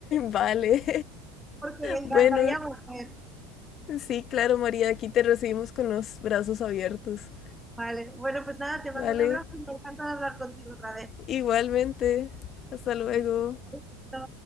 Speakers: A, on the left; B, in the centre.
A: vale.
B: porque me encantaría
A: <laughs> Bueno,
B: volver.
A: sí, claro, María, aquí te recibimos con los brazos abiertos.
B: Vale, bueno, pues nada, te mando
A: Vale.
B: un abrazo y me encanta hablar contigo otra vez.
A: Igualmente, hasta luego.
B: Besito.